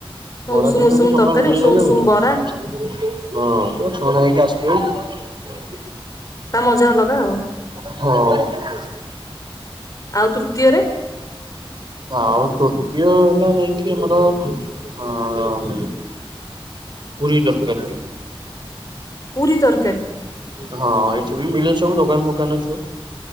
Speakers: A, on the right; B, on the left.
A: ବରା
B: ଉଷୁମ
A: ତରକାରୀ
B: ଉଷୁମ
A: ଟିକେ ସକାଳୁ ମିଳିଗଲେ
B: ଉଷୁମ
A: ନା
B: ଉଷୁମ
A: ମିଳି
B: ବରା
A: <unintelligible> ହଁ। ଛଣା ହେଇକି ଆସୁଥିବ।
B: ତା ମଜା ଅଲଗା ଆଉ।
A: ହୋଉ।
B: ଆଉ ତୃତୀୟରେ?
A: ଆଉ ତୃତୀୟ ହେଲା ନାଇଁକି ଆମର ଅ ପୁରୀ ରକାରୀ ଟାକେ।
B: ପୁରୀ ତର
A: ହଁ ଏଠି ବି ମିଲୁଛି। ସବୁ ଦୋକାନ ଫୋକାନ ଅଛୁ।